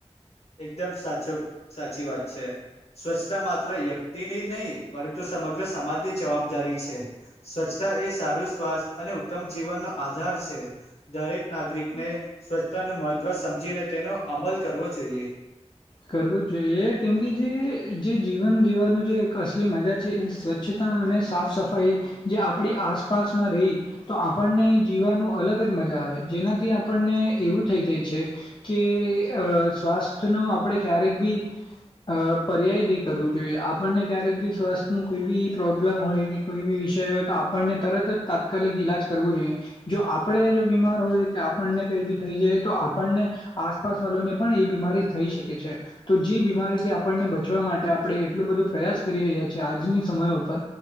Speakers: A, on the left (about 65°); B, on the left (about 45°).
A: એકદમ સાચો, સાચી વાત છે. સ્વચ્છતા માત્ર વ્યક્તિની નય પરંતુ સમગ્ર સમાજની જવાબદારી છે સ્વચ્છ એ સારું સ્વાસ્થ અને ઉત્તમ જીવનનો આધાર છે દરેક નાગરિકને સ્વચ્છતા અને મહત્વ સમજીને તેનો અમલ કરવો જોઈએ.
B: કરવું જ જોઈએ કેમ કે જે જે જીવન જીવવાનું જે એક અસલી મજા છે એ સ્વચ્છતા અને સાફ સફાઈ જે આપડી આસપાસમાં રેય તો આપણને જીવાનું અલગજ મ જા આવે જેનાથી આપણને એવું થઈ જાય છે કે અ સ્વાસ્થનો આપડે ક્યારેક બી. અ પર્યાયની કરવું જોઈએ આપણને ક્યારેક બી સ્વાસ્થનું કોઈ બી પ્રોબ્લમ હોય કે કોઈ બી વિષય હોય તો આપણને તરત જ તાત્કાલિક ઈલાજ કરવું જોઈએ જો આપરે જો બીમાર હોય તો આપણને કઈ બી થઈ જાય તો આપણને આસપાસ વાલોને પણ એ બીમારી થઈ શકે છે. તો જે બીમારીથી આપણને બચવા માટે આપરે એટલું બધું પ્રયાસ કરી રહ્યા છીએ આજની સમય ઉપર